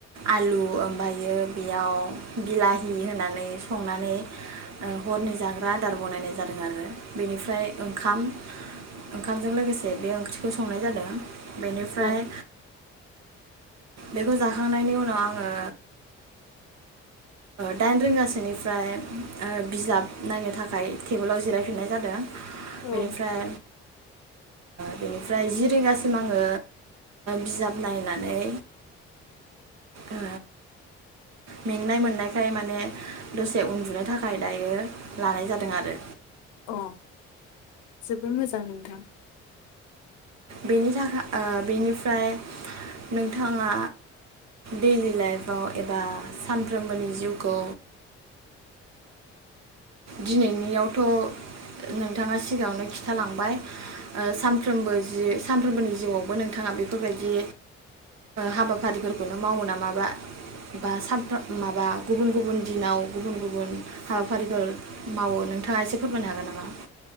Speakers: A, on the right; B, on the left.
A: आलु ओमफ्रायो बेयाव बिलाहि होनानै संनानै हरनि जाग्रा आदार बनायनाय जादों आरो बेनिफ्राय ओंखाम ओंखामजों लोगोसे बे ओंख्रिखौ संनाय जादों। बेनिफ्राय
B: औ
A: बेखौ जाखांनायनि उनाव आङो दाइन रिंगासोनिफ्राय बिजाब नायनो थाखाय टेबोलाव जिरायफिननाय जादों
B: औ
A: बेनिफ्राय बेनिफ्राय जि रिंगासिम आङो बिजाब नायनानै ओ मेंनाय मोन नायखाय माने दसे उन्दुनो थाखाय दायो लानाय जादों आरो
B: अ जबोद मोजां नोंथां
A: बेनि थाखाय बेनिफ्राय नोंथाङा दैलि लाइफआव एबा सानफ्रोमबोनि जिउखौ दिनैनियावथ' नोंथाङा सिगाङावनो खिन्थालांबाय सानफ्रोमबो जि सानफ्रोमबोनि जिउआवबो नोंथाङा बेफोरबायदि हाबाफारिफोरखौनो मावो ना माबा बा माबा गुबुन गुबुन दिनाव गुबुन गुबुन हाबाफारिफोर मावो नोंथाङा एसे फोरमायनो हागोन नामा?